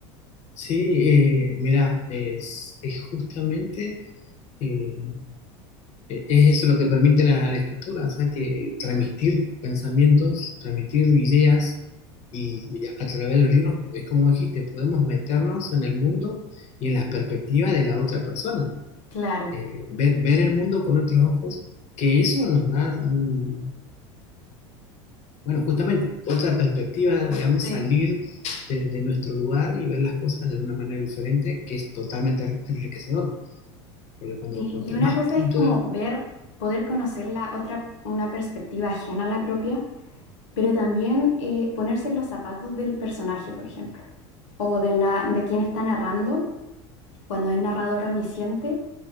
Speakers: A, on the left; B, on the left.
A: sí, eh, mira, es, es justamente eh, eh, es eso lo que permite la, la escritura, o sea, que transmitir pensamientos, transmitir ideas y, y a través de los libros, es como dijiste, podemos meternos en el mundo y en la perspectiva de la otra persona,
B: Claro.
A: eh, ver, ver el mundo con otros ojos, que eso nos da, un- bueno, justamente, otra perspectiva, digamos,
B: Sí,
A: salir de, de nuestro lugar y ver las cosas de una manera diferente, que es totalmente enriquecedor, porque cuando
B: Sí,
A: cuanto
B: y una
A: más
B: cosa
A: puntos,
B: es como
A: de-
B: ver, poder conocer la otra, una perspectiva ajena a la propia, pero también eh, ponerse en los zapatos del personaje, por ejemplo, o del na- de quien está narrando, cuando es narrador omnisciente